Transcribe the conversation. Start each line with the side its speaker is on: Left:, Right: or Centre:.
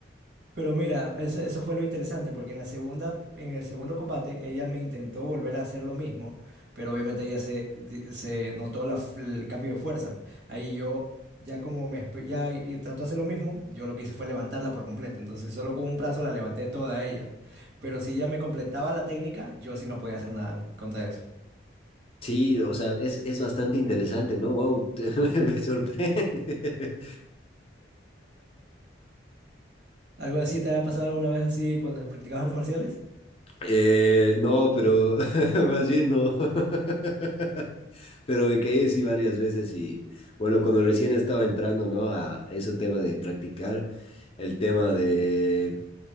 Right: Pero mira, ese- eso fue lo interesante, porque en la segunda, en el segundo combate, ella me intentó volver a hacer lo mismo, pero obviamente ella se, di- se notó la f- el cambio de fuerza. Ahí yo, ya como me, espe- ya y- y trató de hacer lo mismo, yo lo que hice fue levantarla por completo. Entonces solo con un brazo la levanté toda a ella. Pero si ella me completaba la técnica, yo sí no podía hacer nada contra eso.
Left: Sí, o sea, es, es bastante interesante, ¿no? Wow, <laughs> me sorprende. <laughs>
Right: ¿Algo así te ha pasado alguna vez así cuando practicabas artes marciales?
Left: Eh, no, pero <laughs> más bien no. <laughs> pero me caí sí varias veces y bueno, cuando recién estaba entrando, ¿no? A ese tema de practicar, el tema de,